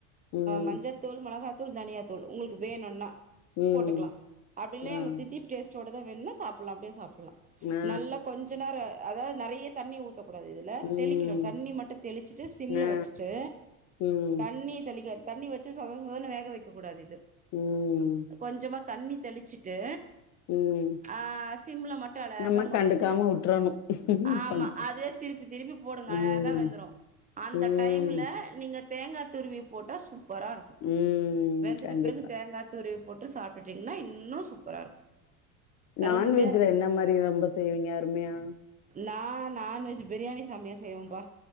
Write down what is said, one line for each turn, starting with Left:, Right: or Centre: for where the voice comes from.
Left: ம்.
Right: மஞ்சத்தூள் மிளகாத்தூள் தூள் தனியா தூள் உங்ளுக்கு வேணுனா
Left: ம்.
Right: போட்டுக்கலா அப்டில
Left: ஆ.
Right: எங்க தித்திப் டேஸ்ட் தொடதா வேணுணா சாப்டலாம் அப்டியே சாப்டலாம்
Left: ஆ
Right: நல்லா கொஞ்சோ நேர அதாவது நறையா தண்ணி ஊத் ஊத்த கூடாது இதுல
Left: ம்
Right: தெளிக்கணும் தண்ணி மட்டும் தெளிச்சிட்டு சிம்ல
Left: ஆ
Right: வச்சுட்டு
Left: ம்
Right: தண்ணி தெளிக்க தண்ணி வச்சு சொத சொத வேக வைக்க கூடாது இது
Left: ம்
Right: கொஞ்சமா தண்ணி தெளிச்சிட்டு
Left: ம்
Right: ஆஹ் சிம்ல மட் அழகா
Left: நம்ம
Right: முறிச்சு
Left: கண்டுக்காம உட்றணு
Right: ஆமா
Left: கொஞ்சோ
Right: அதே திருப்பி திருப்பி போடுங்க அழகா
Left: ம்
Right: வெந்துரும் அந்த
Left: ம்
Right: டைம்ல நீங்க தேங்கா துருவி போட்டா சூப் பரா இருக்கு
Left: ம்
Right: வெந்துட்ட
Left: கண்டிப்பா
Right: பிறகு தேங்கா துரு போட்டு சாப்பிட்டுட்டீங்கன்னா இன்னும் சூப்பரா இருக்கு அருமையா
Left: நான்வெஜ்ல
Right: இருக்கு
Left: என்ன மாரி நம் ரொம்ப செய்வீங்க அருமையா
Right: நான் நான்வெஜ் பிரியாணி செமையா செய்வேன்பா